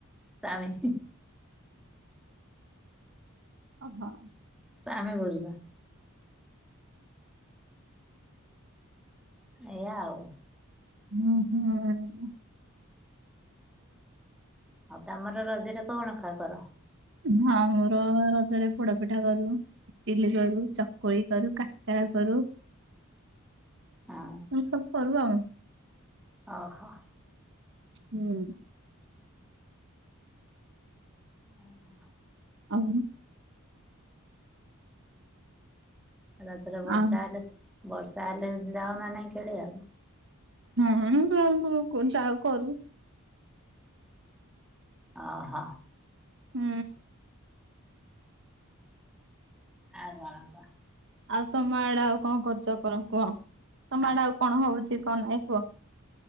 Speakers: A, in the centre; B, on the right.
A: ସାମି।
B: ଓ ହୋ।
A: ଆମେ ବୁଝୁଛ ଏଇଆ ଆଉ।
B: ହୁଁ ହୁଁ।
A: ହଉ ତମର ରଜରେ କଣ <unintelligible> କର?
B: ହଁ ମୋର ରଜରେ ପୋଡା ପିଠା କରୁ। ଇଟିଲି କରୁ ଚକୁଳି କରୁ କାକାରା କରୁ। ତମେ
A: ହଁ
B: ସବୁ <unintelligible>
A: ଓହୋ।
B: ହୁଁ।
A: ଓ ହୋ।
B: ହଉ।
A: ରାଜରେ ବର୍ଷା
B: ଆଉ
A: ହେଲେ ବର୍ଷା ହେଲେ ଯାଉନା ନାଇଁ ଖେଳି ଆଉ।
B: ହଁ <unintelligible> କରୁ।
A: ଓହୋ।
B: ହୁଁ।
A: ଆଉ କଣ କହ?
B: ଆଉ ତମ ଆଡେ ଆଉ କଣ କରୁଚ କଣ କୁହ, ତମ
A: ଆ
B: ଆଡା ଆଉ କଣ ହଉଚି କଣ ନାଇଁ?